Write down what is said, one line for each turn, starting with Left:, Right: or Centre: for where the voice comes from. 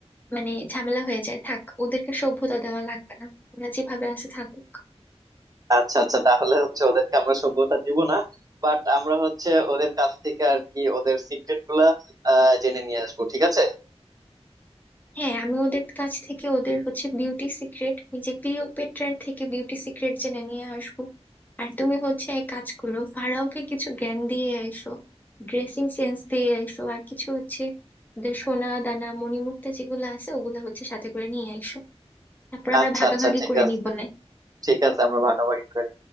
Left: মানে ঝামেলা হয়ে যায় থাক ওদেরকে সভ্যতা দেওয়া লাগবে না ওরা যেভাবে আছে থাকুক
Right: আচ্ছা আচ্ছা তাহলে হচ্ছে ওদেরকে আমরা সভ্যতা দিব না বাট আমরা হচ্ছে ওদের কাছ থেকে আর কি ওদের সিক্রেট গুলা আহ, জেনে নিয়ে আসবো ঠিক আছে
Left: হ্যাঁ আমি ওদের কাছ থেকে ওদের হচ্ছে বিউটি সিক্রেট যে ক্লিওপেট্রার থেকে বিউটি সিক্রেট জেনে নিয়ে আসবো আর তুমি হচ্ছে এক কাজ করো ফারাওকে কিছু জ্ঞান দিয়ে আইসো ড্রেসিং সেন্স দিয়ে আইসো আর কিছু হচ্ছে ওদের সোনা দানা মণিমুক্তা যেগুলো আছে ওগুলা হচ্ছে সাথে করে নিয়ে আইসো তারপর আমরা
Right: আচ্ছা
Left: ভাগাভাগি
Right: আচ্ছা ঠিক
Left: করে
Right: আছে
Left: নিবো না
Right: ঠিক আছে আমরা ভাগাভাগি করে